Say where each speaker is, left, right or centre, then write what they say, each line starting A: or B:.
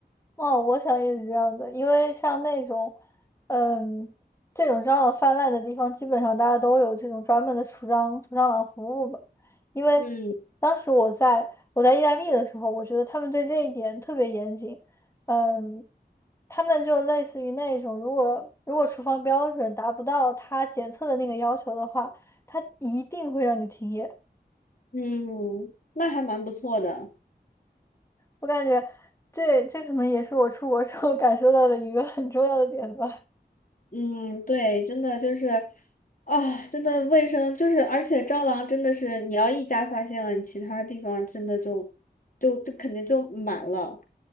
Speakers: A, on the left; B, on the left.
A: 哦，我想也是这样的，因为像那种，嗯，这种蟑螂泛滥的地方，基本上大家都有这种专门的除蟑除蟑螂服务吧。因为
B: 嗯
A: 当时我在我在意大利的时候，我觉得他们对这一点特别严谨。嗯，他们就类似于那种，如果如果厨房标准达不到他检测的那个要求的话，他一定会让你停业。
B: 嗯，那还蛮不错的。
A: 我感觉这这可能也是我出国之后感受到的一个很重要的点吧。
B: 嗯，对，真的就是，啊，真的卫生就是，而且蟑螂真的是，你要一家发现了，你其他地方真的就，就就肯定就满了。